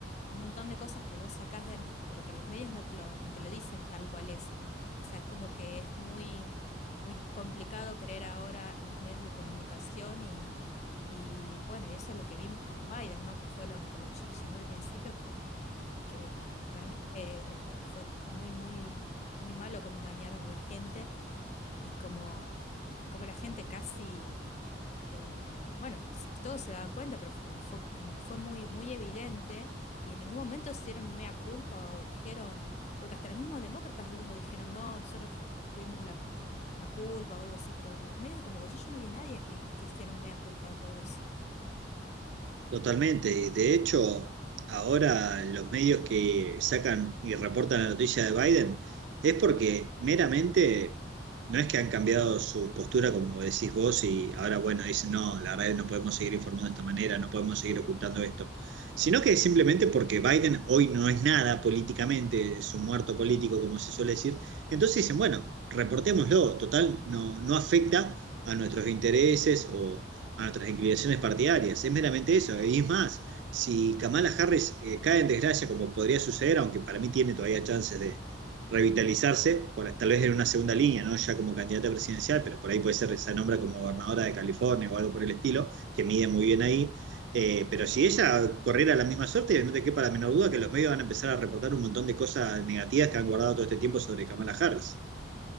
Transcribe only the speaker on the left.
un montón de cosas que vos sacás de, pero que los medios no te lo, no te lo dicen tal cual es. O sea, es como que es muy muy complicado creer ahora en los medios de comunicación y, y bueno, y eso es lo que vimos con Biden, ¿no? Que fue lo, que- por lo que yo te llamé al principio, que, que realmente eh, fue muy, muy, muy malo cómo engañaron a la gente y como, cómo la gente casi eh, bueno, s- todos se daban cuenta, pero fue como, fue, como que fue muy, muy evidente y en ningún momento hicieron un mea culpa o dijeron, porque hasta los mismos demócratas algunos dijeron, no, nosotros fu- tuvimos la, cu- el- la culpa o algo así, pero los medios de comunicación yo no vi nadie que, que hiciera un mea culpa de todo eso.